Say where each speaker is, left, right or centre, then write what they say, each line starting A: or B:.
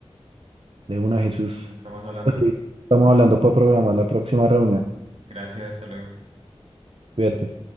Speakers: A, on the right; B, on the right.
A: de una, Jesús.
B: Bueno, estamos hablando.
A: Ok. Estamos hablando para programar la próxima reunión.
B: Gracias, hasta luego.
A: Cuídate.